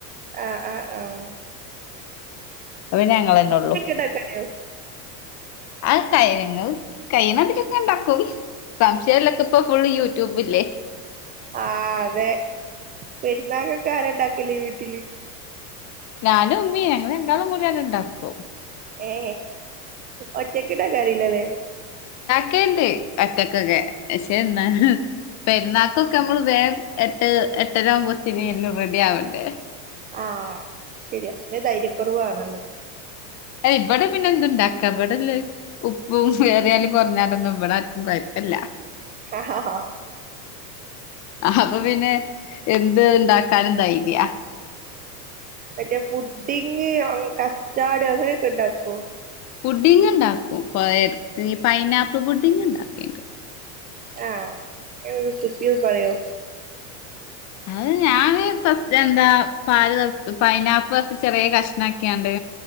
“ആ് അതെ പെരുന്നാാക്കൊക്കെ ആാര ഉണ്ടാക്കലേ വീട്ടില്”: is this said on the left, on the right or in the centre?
Right